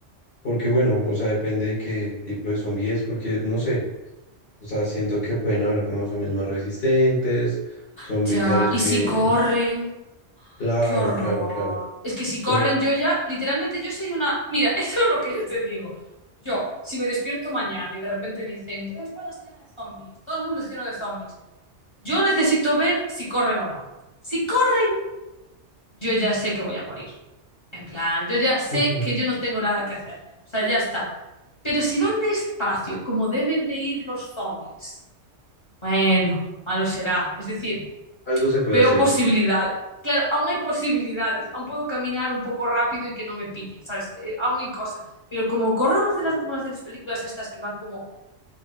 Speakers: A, on the left; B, on the left.
A: porque bueno, o sea, depende de qué tipo de zombie es, porque no sé, o sea, siento que pueden haber como zombies más resistentes, zombies
B: Ya,
A: a los
B: y
A: que,
B: si corren,
A: claro,
B: qué horror.
A: claro, claro.
B: Es que si corren,
A: Entonces,
B: yo ya, literalmente, yo soy una. Mira, <laughs> esto es lo que yo te digo. Yo, si me despierto mañana y de repente dicen, toda España está llena de zombies, todo el mundo está lleno de zombies, yo necesito ver si corren o no. Si corren, yo ya sé que voy a morir. En plan, yo ya sé
A: <laughs>
B: que yo no tengo nada que hacer. O sea, ya está. Pero si van despacio, como deben de ir los zombies, bueno, malo será. Es decir,
A: algo se puede
B: veo
A: hacer.
B: posibilidad. Claro, aún hay posibilidades. Aún puedo caminar un poco rápido y que no me pillen, ¿sabes? Eh, aún hay cosas. Pero como corran los de las, como las de las películas estas que van como